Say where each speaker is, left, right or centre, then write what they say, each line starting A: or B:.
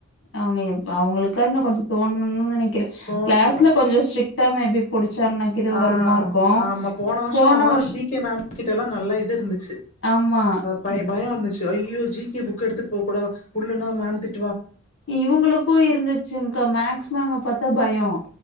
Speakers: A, on the left (about 60°); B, on the left (about 30°).
A: அவங்கப் அவங்களுக்கா இன்னு கொஞ்சு தோணுனு நெனைக்கிறே
B: போன
A: கிளாஸ்ல கொஞ்சு ஸ்ட்ரிக்டா மேபி புடிச்சாங்கன்னாக்கு இது
B: ஆ
A: வருமா இருக்கு
B: ஆமா வருஷம்
A: போன
B: அவங்க
A: வருஷோ
B: ஜி கே மேம் கிட்டல்லா நல்லா இது இருந்துச்சு
A: ஆமா
B: பயோ
A: இ-
B: பயோ இருந்துச்சு ஐயோ ஜி கே புக் எடுத்துட்டு போக கூடா இல்லனா மேம் திட்
A: இவங்களுக்கு இருந்துச்சுங்கா மேக்ஸ் மேம்ம பாத்தா பயோ